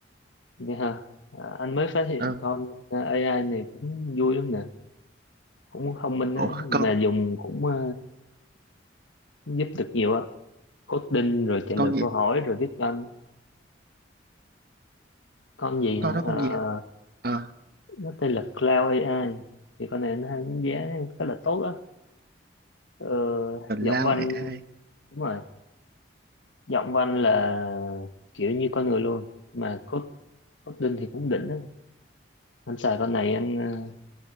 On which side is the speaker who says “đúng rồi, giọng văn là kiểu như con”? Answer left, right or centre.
Left